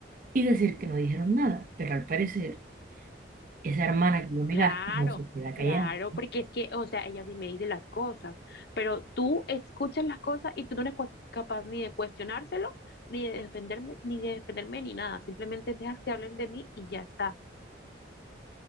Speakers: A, on the right; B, on the left.
A: y decir que no dijeron nada, pero al parecer Esa hermana que yo me
B: Claro,
A: gasto no se queda
B: claro,
A: callada.
B: porque es que, o sea, ella sí me dice las cosas, pero tú escuchas las cosas y tú no eres cua- capaz ni de cuestionárselo, ni de defenderme, ni de defenderme, ni nada. Simplemente dejas que hablen de mí y ya está.